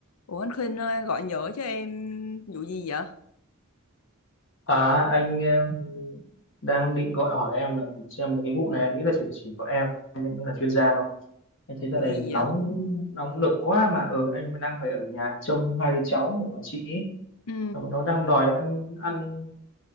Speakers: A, on the left; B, on the left.
A: Ủa anh Khuynh ơi, gọi nhỡ cho em vụ gì vậy?
B: À, anh em đang định gọi hỏi em là xem mấy cái vụ này anh nghĩ là chỉ chỉ có em mới là chuyên gia thôi. Anh thấy
A: Vụ
B: dạo này
A: gì
B: nóng
A: vậy?
B: nóng lực quá mà ở anh vẫn đang phải ở nhà trông hai đứa cháu của bà chị ấy.
A: Ừ.
B: Và bọn nó đang đòi ăn ăn